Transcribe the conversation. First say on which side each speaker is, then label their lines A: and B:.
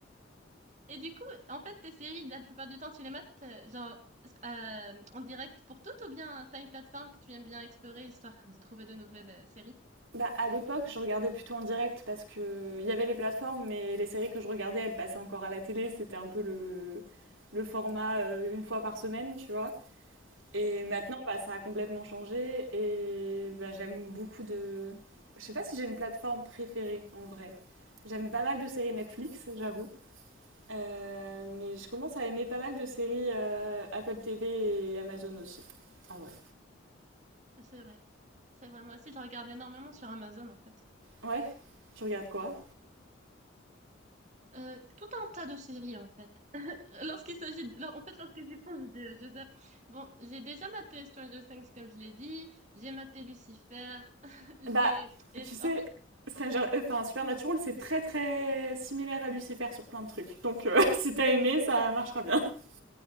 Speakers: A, on the right (about 35°); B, on the right (about 85°).
A: Et du coup, en fait, tes séries, la plupart du temps, tu les mates euh, genre euh, en direct pour toutes ou bien t'as une plateforme que tu aimes bien explorer histoire de trouver de nouvelles euh, séries?
B: Bah, à l'époque, je regardais plutôt en direct parce que il y avait les plateformes, mais les séries que je regardais, elles passaient encore à la télé. C'était un peu le, le format euh, une fois par semaine, tu vois. Et maintenant, bah, ça a complètement changé et bah, j'aime beaucoup de... Je sais pas si j'ai une plateforme préférée en vrai. J'aime pas mal de séries Netflix, j'avoue. Euh, mais je commence à aimer pas mal de séries euh, Apple TV et Amazon aussi, en vrai.
A: C'est vrai. C'est vrai, moi aussi, je regarde énormément sur Amazon, en fait.
B: Ouais, tu regardes quoi?
A: Euh, tout un tas de séries, en fait. Euh, Lorsqu'il s'agit de... En fait, lorsque j'y pense, je, je zappe. Bon, j'ai déjà maté Stranger Things, comme je l'ai dit. J'ai maté Lucifer. <laughs> J'ai...
B: Bah,
A: et
B: tu sais,
A: En fait...
B: Stranger, euh, enfin,
A: <laughs>
B: Supernatural,
A: mhm.
B: c'est très très similaire à Lucifer sur plein de trucs. Donc, euh, <laughs> si t'as aimé, ça marchera bien. <laughs>